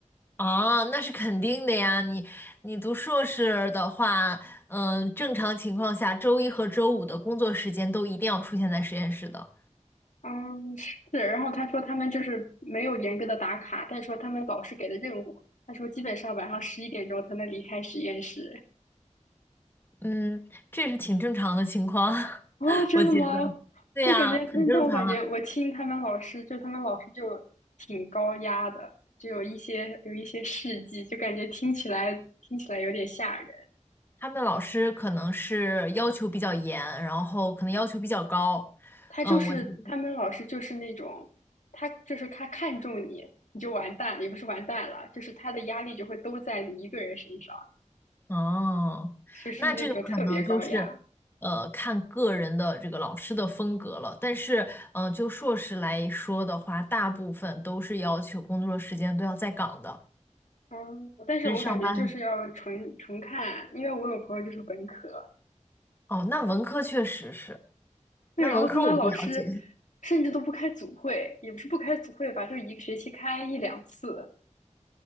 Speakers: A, on the left; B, on the left.
A: 啊，那是肯定的呀。你你读硕士的话，嗯、正常情况下，周一和周五的工作时间都一定要出现在实验室的。
B: 嗯，是。然后他说他们就是没有严格的打卡，但是说他们老师给的任务，他说基本上晚上十一点钟才能离开实验室。
A: 嗯，这是挺正常的情况，
B: 啊，
A: <laughs>
B: 真的吗？
A: 我觉得。对呀，
B: 我感觉，
A: 很正常啊。
B: 但但我感觉我听他们老师，就他们老师就挺高压的，就有一些有一些事迹，就感觉听起来听起来有点吓人。
A: 他们老师可能是要求比较严，然后可能要求比较高。
B: 他就是他们老师就是那种，
A: 嗯，我觉得
B: 他就是他看中你，你就完蛋了，也不是完蛋了，就是他的压力就会都在你一个人身上。
A: 哦，
B: 就是那种特别高雅。
A: 那这个可能就是，呃，看个人的这个老师的风格了。但是，呃，就硕士来说的话，大部分都是要求工作时间都要在岗的，
B: 嗯，但是我感觉就是要纯纯看，
A: 跟上班很。
B: 因为我有朋友就是本科，
A: 哦，那文科确实是，
B: 对，
A: 那文科我不了解。
B: 然后他们老师甚至都不开组会，也不是不开组会吧，就是一个学期开一两次，